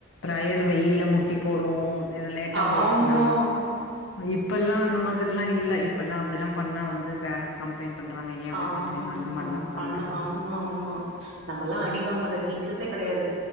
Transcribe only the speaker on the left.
டயர் வெயில்ல முட்டி போடுவோ லேட்டா
போயிடுச்சுன்னா இப்பல்லா
அந்த மாதிரி ல்லா இல்ல இப்பெல்லா அப்டில்லா பண்ணா வந்து பரண்ட்ஸ் கம்ப்ளைண்ட் பண்றாங்க ஏ அப்டி
பண்றீங்க அந்த மாரிலா
பண்றாங்க